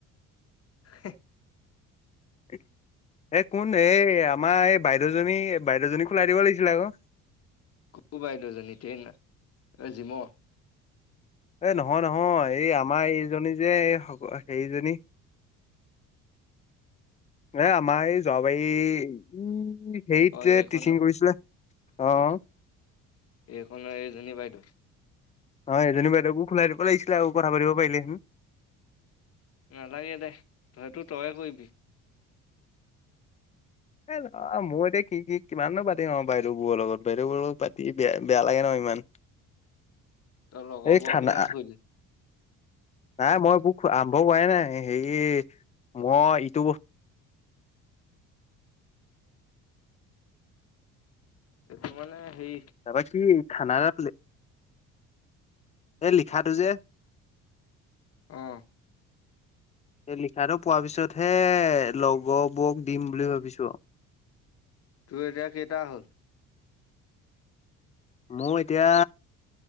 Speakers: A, on the left; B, on the left.
A: <inaudible>
B: <inaudible> এ, কোন এই আমাৰ এই বাইদেউজনী বাইদেউজনী খোলাই দিব লাগিছিল আকৌ।
A: কোন বাইদেউজনী টেইনাৰ, জিমৰ?
B: এ, নহয় নহয় এই আমাৰ এইজনী যে এই হেৰিজনী। এ, আমাৰ এই জৰাবাৰি হেৰিত
A: অ
B: যে
A: এইখনৰ
B: টিচিং কৰিছিলে, অ'।
A: এইখনৰ এইজনী বাইদেউ?
B: অ' এইজনী বাইদেউকো খোলাই দিব লাগিছিল আৰু কথা পাতিব পাৰিলেহেতেঁন।
A: নালাগে দে, হেইটো তইয়ে কৰিবি।
B: এ, অ' মোৰ এতিয়া কি কি কিমাননো পাতিম অ' বাইদেউবোৰৰ লগত, বাইদেউবোৰৰ লগত পাতি বেয়া বেয়া লাগে নহয় ইমান।
A: তই লগৰবোৰক
B: এই খানা
A: কিমান কৰিলি
B: নাই মই এইবোৰ আৰম্ভ কৰাই নাই, হেৰি মই ইটো ব
A: এইটো মানে হেৰি
B: তাৰপা কি খানা এটা পালি। এই লিখাটো যে।
A: অ'।
B: এই লিখাটো পোৱাৰ পিছতহে লগৰবোৰক দিম বুলি ভাবিছোঁ আৰু।
A: তোৰ এতিয়া কেইটা হ'ল?
B: মোৰ এতিয়া